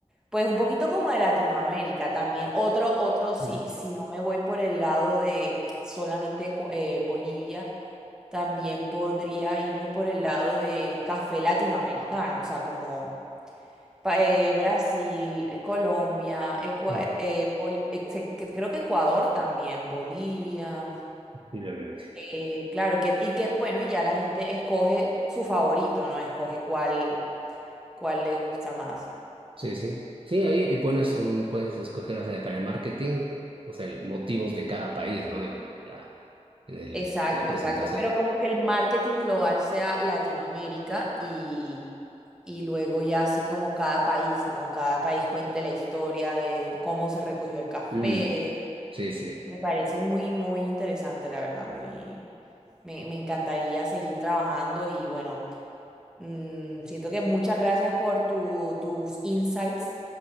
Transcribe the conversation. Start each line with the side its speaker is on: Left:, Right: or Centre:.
Centre: pues un poquito como de Latinoamérica también. Otro, otro, si,
Right: ujú.
Centre: si no me voy por el lado de solamente co- eh, Bolivia, también podría irme por el lado de café latinoamericano, o sea, como pa- eh, Brasil, eh, Colombia, Ecua-
Right: Bueno,
Centre: eh, Bol- eh, se- que- creo que Ecuador también, Bolivia.
Right: Posiblemente.
Centre: Eh, claro, que, y que bueno, y ya la gente escoge su favorito, ¿no? Escoge cuál, cuál le gusta más.
Right: Sí, sí. Sí, ahí y pones un, puedes escoger, o sea, para el marketing, o sea, el- motivos de cada país, ¿no? En la, en la, en el-
Centre: Exacto,
Right: en la presentación.
Centre: exacto. Pero como que el marketing global sea Latinoamérica y, y luego ya así como cada país, ¿no? Cada país cuente la historia de cómo se recogió el café.
Right: Mm, sí, sí.
Centre: Me parece muy, muy interesante, la verdad, muy... Me, me encantaría seguir trabajando y bueno, Mm, siento que muchas gracias por tu- tus insights